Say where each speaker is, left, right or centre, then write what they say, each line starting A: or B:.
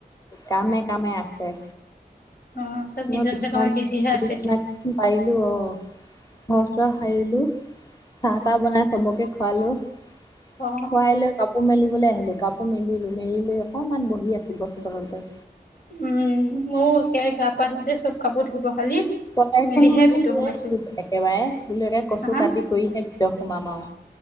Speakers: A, on the left; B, on the left.
A: কামে কামে আছে
B: অ চব নিজৰ
A: মই বিচনাত
B: নিজৰ কামত বিজি হৈ আছে
A: বিচনাত পাৰিলো অ ঘৰচৰ সাৰিলো চাহ-তাহ বনাই চবকে খোৱালোঁ
B: অ
A: খুৱাই লৈ কাপোৰ মেলিবলে আহিলো কাপোৰ মেলিলো, মেলি লৈ অকমান বহি আছো গছৰতলতে
B: উম মও সেয়াই গা-পা ধুওঁতে চব কাপোৰ ধুই পখালি
A: কটাৰীখনো
B: মিলিহে
A: মানে
B: ভিতৰত
A: লৈ
B: সোমাইছো
A: আনিছোঁ একেবাৰে বোলো একে কচু
B: হা
A: কাটি কৰিহে ভিতৰত সোমাম আৱ